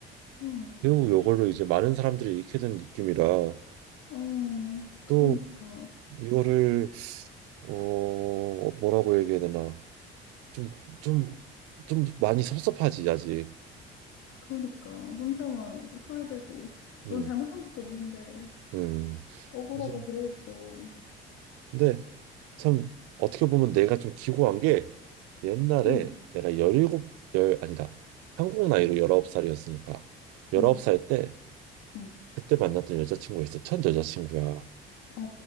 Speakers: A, on the left (about 50°); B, on the right (about 50°).
A: 어,
B: 결국 이걸로 이제 많은 사람들이 잃게 된 느낌이라
A: 어, 그러니까.
B: 또 이거를 어 뭐라고 얘기해야 되나 좀, 좀, 좀 많이 섭섭하지, 아직.
A: 그러니까. 혼자만 소외되고.
B: 음,
A: 넌 잘못한 것도 없는데.
B: 음.
A: 억울하고
B: 그래서,
A: 그러겠어.
B: 근데 참 어떻게 보면 내가 좀 기고한 게 옛날에
A: 응,
B: 내가 17, 열 아니다. 한국 나이로 19살이었으니까 19살
A: 응,
B: 때
A: 응.
B: 그때 만났던 여자친구가 있어. 첫 여자친구야.
A: 어, 어,